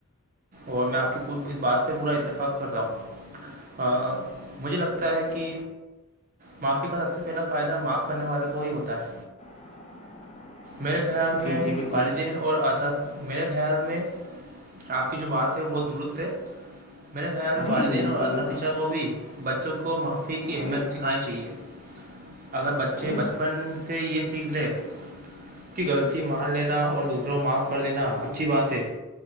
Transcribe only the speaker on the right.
اور میں آپ کی پ اس بات سے پورا اتفاق کر رہا ہوں مجھے لگتا ہے کہ معافی کا سب سے پہلا فائدہ معاف کرنے والوں کو ہی ہوتا ہے
میرے خیال
میں
والدین اور اات میرے خیال میں آپ کی جو بات ہے وہ بہت درست ہے میرے خیال میں
والدین
اور اساتذہ
کو بھی بچوں کو معافی کی اہمیت
سیکھ کھانی چاہیے اگر بچے
ب سے یہ سیکھ لے کہ غلطی مان لینا اور دوسروں معاف کر دینا اچھی بات ہے